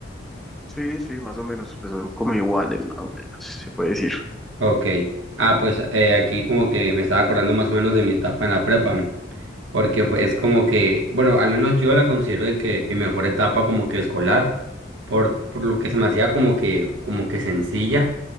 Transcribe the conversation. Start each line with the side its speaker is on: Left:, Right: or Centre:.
Centre: Sí, sí, más o menos. Pues son como iguales, más o menos, se puede decir.
Right: Ok. Ah, pues eh, aquí como que me estaba acordando más o menos de mi etapa en la prepa. Porque fue- es como que, bueno, al menos yo la considero de que mi mejor etapa como que escolar, por, por lo que se me hacía como que, como que sencilla